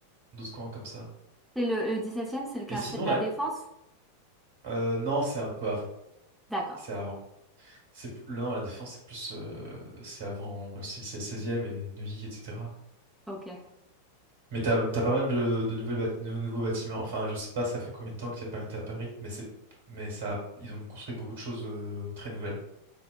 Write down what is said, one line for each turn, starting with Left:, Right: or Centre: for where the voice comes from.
Right: 12 coins comme ça.
Centre: C'est le, le 17e, c'est le quartier
Right: Et sinon,
Centre: de la
Right: là,
Centre: Défense?
Right: euh, non, c'est un peu avant.
Centre: D'accord.
Right: C'est avant. C'est plus- non, la défense, c'est plus, euh, c'est avant, c'est c'est le 16 et Neuilly, etc.
Centre: Ok.
Right: Mais t'as, t'as pas mal de, de nouvelles bat- de nouveaux bâtiments. Enfin, je sais pas, ça fait combien de temps qu'il n'y a pas été à Paris, mais c'est, mais ça, ils ont construit beaucoup de choses euh, très nouvelles.